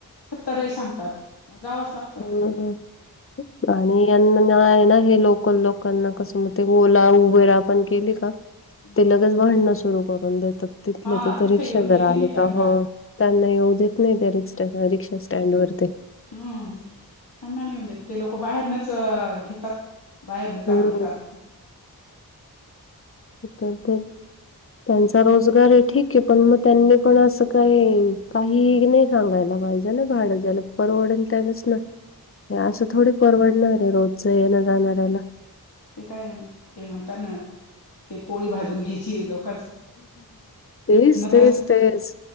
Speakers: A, on the left; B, on the left.
A: सत्तरही सांगतात, मग जावंच लाग
B: हम्म हम्म आणि यांना आहे ना हे, लोकल लोकांना कसं मग ते ओला उबेर आपण केली का
A: हम्म
B: ते लगेच भांडणं सुरु करून देतात, तिथल्या
A: हा
B: तिथे
A: तिथं
B: रिक्षा
A: येऊन देते
B: जरा आले
A: नि त्यांना
B: का हं. त्यांना येऊ देत नाही त्या रि ट्या रिक्षा स्टँड वर ते.
A: हम्म, त्यांना नाई ईऊन देत ते लोकं बाहेरनच घेतात. बाहेरनच
B: हम्म
A: आपण जात
B: तर त्यांचा रोजगार हि ठीक पण मग त्यांनी पण असं, काहीही नाही सांगायला पाहिजे ना भाडं, ज्याला परवडेल त्यालाच ना, हे असं थोडी परवडणार आहे रोजचं येणं जाणाऱ्याला.
A: ते काय, ते म्हणता ना, ते पोळी भाजून घ्यायची लोक
B: तेच तेच
A: असते
B: तेच,